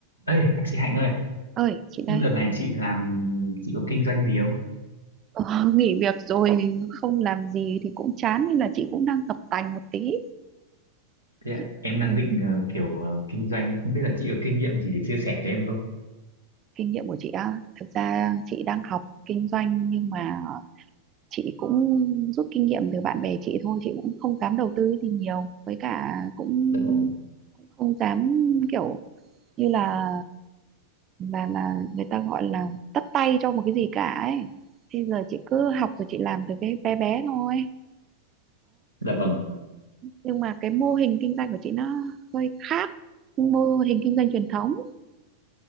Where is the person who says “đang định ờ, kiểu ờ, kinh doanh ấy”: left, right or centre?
Left